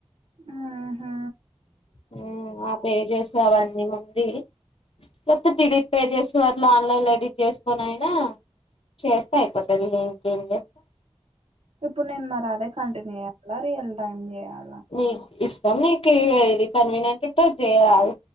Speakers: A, on the right (about 70°); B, on the left (about 65°).
A: ఆహా
B: హ్ ఆ పేజెస్ అవన్నీ ముందుయి లేకపోతే డిలిట్ పేజెస్ వర్లో ఆన్లైన్ ఎడిట్ చేసు కొనయినా చేస్తే అయిపోతది ఇంకేం చేస్తాం
A: ఇప్పుడు నేను మరి అదే కంటిన్యూ చేయాల రియల్ టైమ్ చేయాల.
B: నీ నీకు ఎది కన్వీనియంట్ ఉంటే అది చేయరాదు.